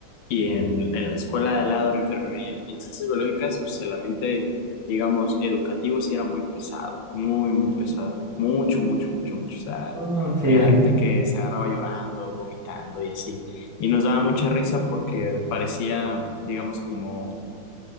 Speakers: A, on the left (about 75°); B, on the right (about 30°).
A: Y en, en la escuela de al lado era enfermería. Y en ciencias biológicas, pues, solamente, digamos, educativo sí era muy pesado, muy, muy pesado. Mucho, mucho, mucho, mucho. O sea,
B: Mm, Sí,
A: había
B: Dani.
A: gente que se agarraba llorando, vomitando y así. Y nos daba mucha risa porque parecía, digamos, como